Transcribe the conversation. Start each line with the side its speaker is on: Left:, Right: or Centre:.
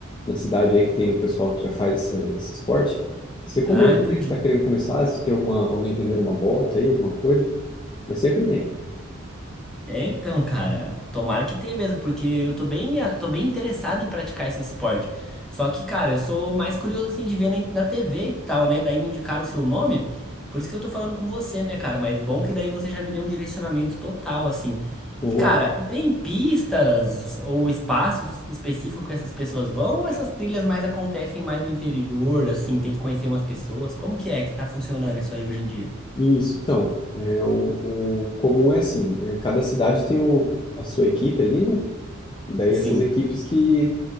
Left: na cidade aí que tem o pessoal que já faz esse, esse esporte. Você comenta,
Centre: Ah, entendi.
Left: né, que você está querendo começar, se tem alguma, alguém vendendo uma bota aí, alguma coisa. Mas sempre tem.
Centre: É, então, cara, tomara que tenha mesmo, porque eu tô bem, tô bem interessado em praticar esse esporte. Só que, cara, eu sou mais curioso, assim, de ver na, na TV e tal, né? Daí me indicaram o seu nome, por isso que eu tô falando com você, né, cara? Mas bom que daí você já me deu um direcionamento total, assim.
Left: Boa.
Centre: E, cara, tem pistas ou espaços específicos que essas pessoas vão ou essas trilhas mais acontecem mais no interior, assim, tem que conhecer umas pessoas? Como que é que tá funcionando isso aí hoje em dia?
Left: Isso, então, é, o, o comum é assim, né, cada cidade tem o, a sua equipe ali, né? E daí
Centre: Sim.
Left: essas equipes que